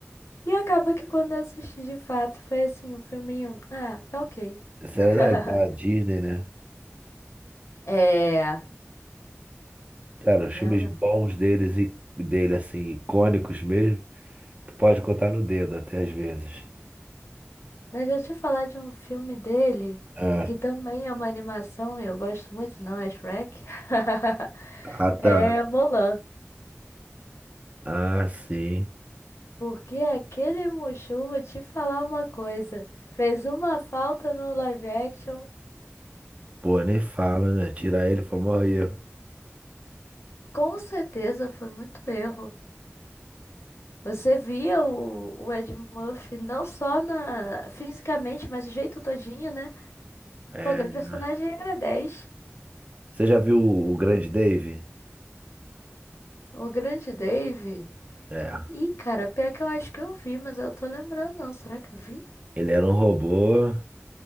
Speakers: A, on the left; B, on the right.
A: E acaba que quando eu assisti de fato, foi assim, um filminho. Ah, tá ok.
B: esse
A: <laughs>
B: era da, da Disney, né?
A: É,
B: Cara, os
A: realmente.
B: filmes bons deles e dele, assim, icônicos mesmo, tu pode contar no dedo até às vezes.
A: Mas deixa eu te falar de um filme dele,
B: É.
A: que também é uma animação, eu gosto muito, não é Shrek? <laughs>
B: Ah, tá.
A: É Mulan.
B: Ah, sim.
A: Porque aquele Mushu, vou te falar uma coisa, fez uma falta no live action,
B: Pô, nem fala, né? Tirar ele foi o maior erro.
A: com certeza foi muito erro. Você via o, o Ed Murphy não só na, fisicamente, mas o jeito todinho, né?
B: É.
A: Pô, aquele personagem era 10.
B: Você já viu o Grande Dave?
A: O grande Dave.
B: É.
A: Ih, cara, pior que eu acho que eu vi, mas eu tô lembrando não. Será que eu vi?
B: Ele era um robô.